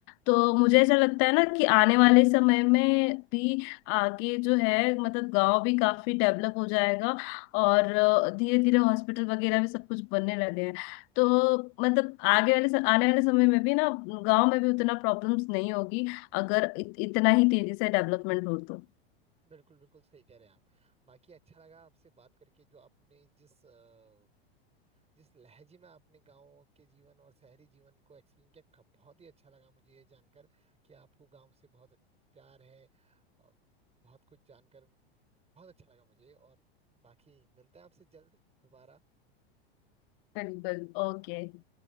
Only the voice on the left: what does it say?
तो मुझे ऐसा लगता है ना कि आने वाले समय में भी आगे जो है मतलब गांव भी काफी डेवलप हो जाएगा और धीरे धीरे हॉस्पिटल वगैरह भी सब कुछ बनने लगे हैं तो मतलब आगे वाले स- आने वाले समय में भी ना गांव में भी उतना प्रॉब्लम्स नहीं होगी अगर इत, इतना ही तेजी से डेवलपमेंट हो तो
बिल्कुल ओके